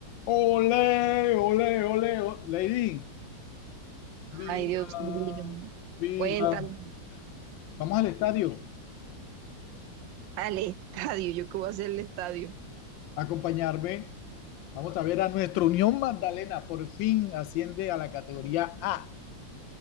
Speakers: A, on the left (about 80°); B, on the right (about 80°).
A: Ole, ole, ole, o- Lady, viva,
B: Ay, Dios mío.
A: viva.
B: Cuéntame,
A: Vamos al estadio
B: al estadio, ¿yo qué voy a hacer el estadio?
A: a acompañarme. Vamos a ver a nuestra Unión Magdalena. Por fin asciende a la categoría A.